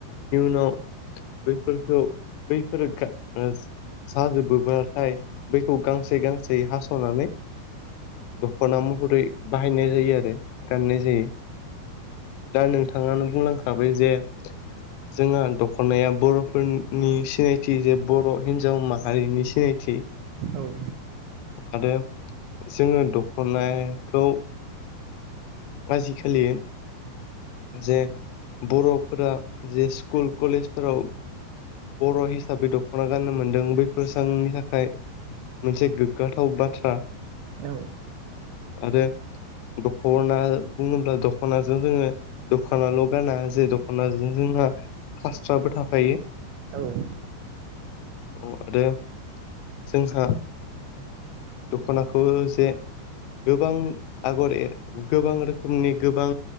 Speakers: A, on the left (about 80°); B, on the right (about 80°).
A: नौ बैफोरखौ बैफोरो गा नो स जाजोबोबाथाय बैखौ गांसे गांसे हास'नानै दख'ना महरै बाहायनाय जायो आरो गाननाय जायो दा नोंथाङानो बुंलांखाबाय जे जोंहा दख'नाया बर'फोरनि सिनायथि जे बर' हिनजाव माहारिनि सिनायथि
B: औ
A: आरो जोङो दख'नाखौ आजिखालि जे बर'फोरा जे स्कुल कलेजफोराव बर' हिसाबै दख'ना गाननो मोनदों बैफोर जांनि थाखाय मोनसे गोग्गाथाव बाथ्रा
B: औ
A: आरो दख'ना बुङोब्ला दख'नाजों जोङो दखनाल' गाना जे दख'नाजों जोंहा फास्राबो थाफायो
B: औ
A: अ आरो जोंहा दख'नाखौ जे गोबां आगर एर गोबां रोखोमनि गोबां